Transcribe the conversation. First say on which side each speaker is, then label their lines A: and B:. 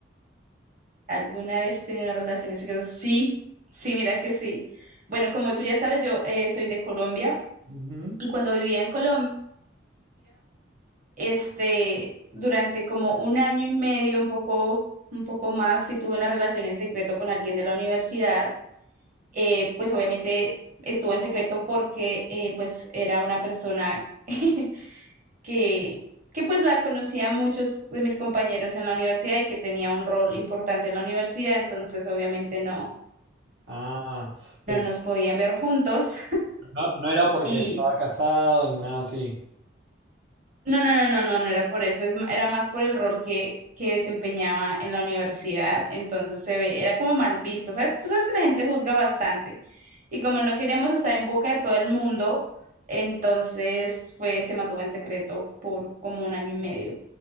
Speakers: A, on the right; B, on the right.
A: ¿Alguna vez he tenido una relación en secreto? Sí, sí, mira que sí. Bueno, como tú ya sabes, yo eh, soy de Colombia
B: Ujú.
A: y cuando vivía en Colombia, este, durante como un año y medio, un poco, un poco más, sí tuve una relación en secreto con alguien de la universidad eh, pues obviamente estuvo en secreto porque eh, pues era una persona <laughs> que, que pues la conocían muchos de mis compañeros en la universidad y que tenía un rol importante en la universidad, entonces obviamente no,
B: Ah, pensé,
A: no nos podían ver juntos
B: no, no era porque
A: <laughs>
B: estaba
A: y
B: casado ni nada así.
A: No, no, no, no, no, no era por eso, es ma- era más por el rol que, que desempeñaba en la universidad, entonces se ve, era como mal visto, ¿sabes? Tú sabes que la gente juzga bastante y como no queríamos estar en boca de todo el mundo, entonces fue, se mantuvo en secreto por como un año y medio,